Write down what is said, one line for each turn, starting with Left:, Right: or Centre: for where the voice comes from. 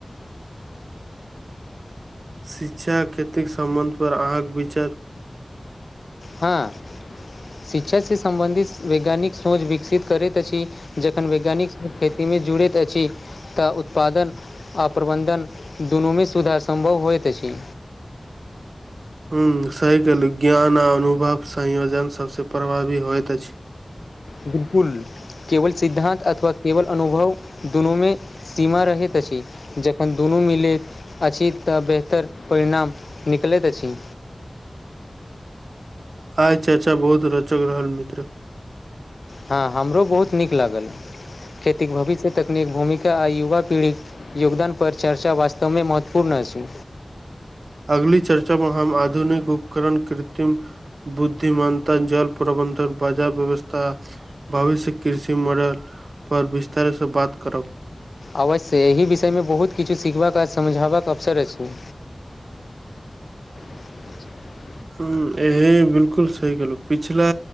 Right: शिक्षा खेतिक संबन्ध पर अंहाक विचार
Left: हँ शिक्षासे सम्बन्धित वैज्ञानिक सोच विकसित करैत अछि जखन वैज्ञानिक खेती मे जुड़ैत अछि तऽ उत्पादन आ प्रबन्धन दुनूमे सुधार सम्भव होइत अछि
Right: हं सहिके लेल ज्ञान आ अनुभव संयोजन सबसँ प्रभावी होइत अछि
Left: बिल्कुल केवल सिद्धान्तक अथवा केवल अनुभव दुनूमे सीमा रहैत अछि जखन दुनू मिलै अछि तऽ बेहतर परिणाम निकलैत अछि
Right: अच्छा अच्छा बहुत रोचक रहल मित्र
Left: हँ हमरो बहुत नीक लागल खेतीक भविष्य तकनीक भूमिका आ युवा पीढ़ी योगदान पर चर्चा वास्तवमें महत्वपूर्ण अछि
Right: अगली चर्चा में हम आधुनिक उपकरण कृत्रिम बुद्धिमनता जल प्रबन्धन बाजार व्यवस्था भविष्य कृषि मॉडलपर विस्तारसँ बात करब
Left: अवश्य एहि विषयमे बहुत किछु सीखबाक आ समझाबक अवसर अछि <unintelligible>
Right: हूँ <unintelligible> बिल्कुल सही गेलहुँ पिछिला